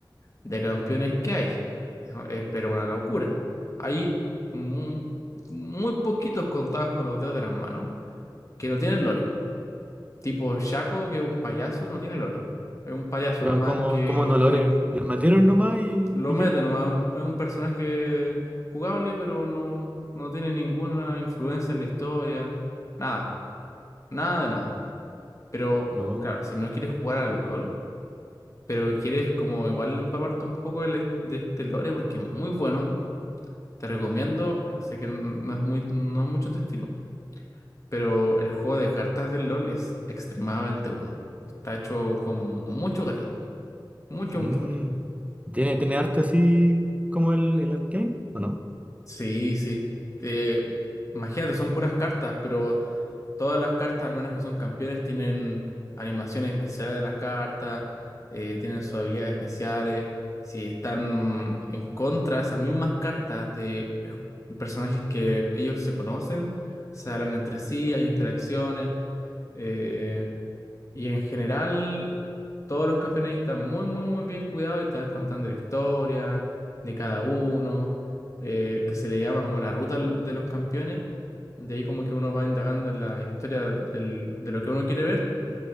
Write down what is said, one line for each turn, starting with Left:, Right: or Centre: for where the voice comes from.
Left: de campeones que hay. Eso es, pero una locura. Hay mu- muy, poquitos contados con los dedos de las manos que no tienen lore. Tipo Shaco, que es un payaso, no tiene lore. Es un payaso
Right: Pero
Left: nomás
Right: como,
Left: que
Right: como no lore,
Left: pone,
Right: los metieron nomás y,
Left: lo
Right: ¿y
Left: mete
Right: qué?
Left: nomás, es un, es un personaje jugable, pero no, no tiene ninguna influencia en la historia. Nada, nada de nada. Pero
Right: No.
Left: claro, si no quieres jugar al LOL, pero quieres como igual empaparte un poco del est- de, este lore, porque es muy bueno, te recomiendo, bueno, sé que n- no es muy, no es mucho tu estilo, pero el juego de cartas del LOL es extremadamente bueno. Está hecho con mucho cariño. Mucho,
Right: Mm.
Left: mucho cariño.
Right: ¿Tiene, tiene arte así como el, el Arcane? ¿O no?
Left: Sí, sí. Te- imagínate, son puras cartas, pero todas las cartas, al menos que son campeones, tienen animaciones especiales de las cartas, eh, tienen sus habilidades especiales. Si están en contra de esas mismas cartas de pe- personajes que ellos se conocen, se hablan entre sí, hay interacciones. eh, Y en general, todos los campeones están muy, muy, muy bien cuidados y están contando la historia de cada uno, eh, que se le llama como la ruta l- de los campeones. De ahí como que uno va indagando en la historia del- de lo que uno quiere ver.